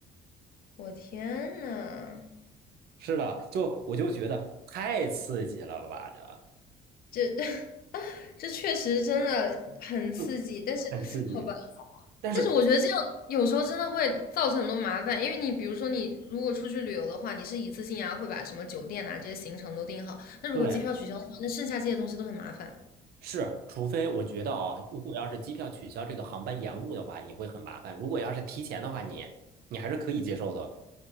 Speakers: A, on the left (about 60°); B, on the right (about 65°).
A: 我天呐，
B: 是的，就我就觉得太刺激了吧，这
A: 这 <laughs> 这确实真的很刺激，
B: 就
A: 但是好吧。
B: 很刺激。但是，
A: 但是我觉得这样有时候真的会造成很多麻烦，因为你比如说你如果出去旅游的话，你是一次性啊会把什么酒店啊这些行程都订好，那如果机票取消的话，
B: 对，
A: 那剩下这些东西都很麻烦。
B: 是，除非我觉得啊，如果要是机票取消，这个航班延误的话，你会很麻烦；如果要是提前的话，你你还是可以接受的。